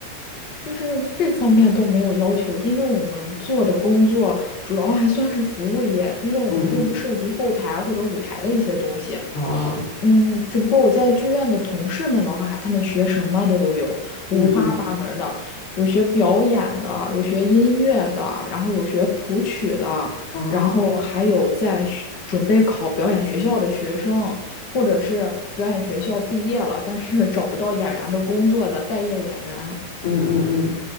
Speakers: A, on the left (about 35°); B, on the left (about 65°).
A: 就是这方面都没有要求，因为我们做的工作主要还算是服务业，因为我们并不涉及后台或者舞台的一些东西。
B: 嗯嗯，哦，
A: 嗯，只不过我在剧院的同事们的话，他们学什么的都有，五花八门儿的，
B: 嗯嗯，
A: 有学表演的，有学音乐的，然后有学谱曲的，
B: 哦，
A: 然后还有在学准备考表演学校的学生，或者是表演学校毕业了，但是找不到演员的工作的待业演员。
B: 嗯嗯嗯，